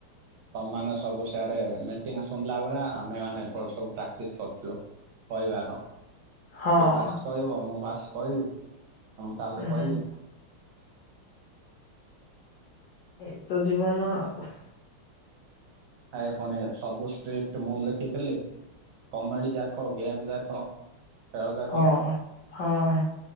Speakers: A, on the right (about 75°); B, on the left (about 75°).
A: ତମମାନେ ସବୁ ସେଆଡେ ମେ ମିଟିଙ୍ଗ୍ ଶୁଣିଲା ବେଳେ ଆମେ ମାନେ ଏପଟ ସବୁ ପ୍ରାକ୍ଟିସ କରୁଥିଲୁ କହିବାର
B: ହଁ
A: ସେ ଫାଷ୍ଟ କହିବ ମୁଁ ଫାଷ୍ଟ କହିବି ମୁଁ ତାପରେ
B: ହୁଁ
A: କହିବି।
B: ଏଇ ତ ଜୀବନ ଆଉ।
A: ଆଉ ଫୁଣି ସବୁ ଷ୍ଟ୍ରିପ୍ଟ ମୁଁ ଲେଖିଥିଲି। କମେଡି ଯାକ ଗେମ୍ ଯାକ ଖେଳ ଯାକ,
B: ହଁ। ହଁ